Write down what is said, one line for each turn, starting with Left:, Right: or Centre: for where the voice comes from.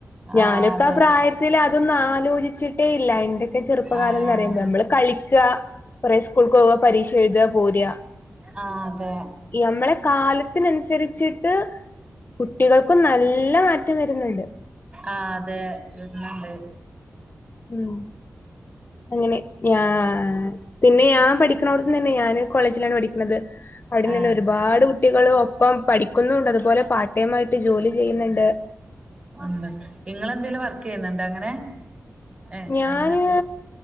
Left: ഞാനൊക്കെ
Right: ആഹ് അതെ
Left: ആ പ്രായത്തില് അതൊന്നും ആലോചിച്ചിട്ടേ ഇല്ല. എൻ്റൊക്കെ ചെറുപ്പകാലംന്നറിയുമ്പം
Right: ആഹ്
Left: അമ്മള് കളി ക്കാ, കൊറേ സ്കൂൾക്കോവ, പരീക്ഷ എഴ്താ, പോരാ.
Right: ആഹ് അതെ.
Left: യമ്മളെ കാലത്തിനൻസരിച്ചിട്ട് കുട്ടികൾക്കും നല്ല മാറ്റം വരുന്നുണ്ട്.
Right: ആഹ് അതെ വെര്ന്നുണ്ട്.
Left: ഉം അങ്ങനെ ഞാ പിന്നെ ഞാൻ പഠിക്ക ണടൊന്നു തന്നെയാ ഞാന് കോളേജിലാണ് പഠിക്കണത്. അവിടന്നു
Right: ആഹ്
Left: തന്നെ ഒരുപാട് കുട്ടികള് ഒപ്പം പഠിക്കുന്നൊണ്ട് അതുപോലെ പാർട്ട് ടൈം ആയിട്ട് ജോലി ചെയ്യുന്നൊണ്ട്.
Right: ഉം ഇങ്ങളെന്തേലും വർക്കെയ്യുന്നുണ്ടോ അങ്ങനെ. ഏഹ്
Left: ഞാന്
Right: അങ്ങനെ എന്ത്